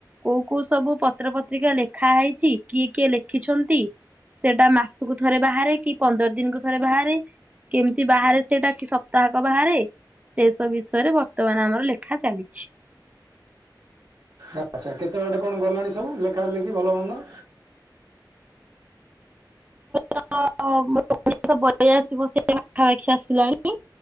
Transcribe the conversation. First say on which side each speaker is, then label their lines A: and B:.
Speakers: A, on the right; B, on the right.
A: କୋଉ, କୋଉ ସବୁ ପତ୍ର ପତ୍ରିକା ଲେଖା ହେଇଛି କିଏ କିଏ ଲେଖିଛନ୍ତି। ସେଟା ମାସକୁ ଥରେ ବାହାରେ କି ପନ୍ଦର ଦିନକୁ ଥରେ ବାହାରେ। କେମିତି ବାହାରେ ସେଇଟା କି ସପ୍ତାହକ ବାହାରେ। ସେ ସବୁ ବିଷୟରେ ବର୍ତ୍ତମାନ ଆମର ଲେଖା ଚାଲିଛି।
B: ଆଚ୍ଛା କେତେବାଟ କଣ ଗଲାଣି ସବୁ ଲେଖା ଲେଖି ଭଲ ମନ୍ଦ।
A: ତ ମୋ ବ <unintelligible> ଉଣେଇଶହ ବୟାଶି ମସିହା ପାଖା ପାାଖି ଆସିଲାଣି।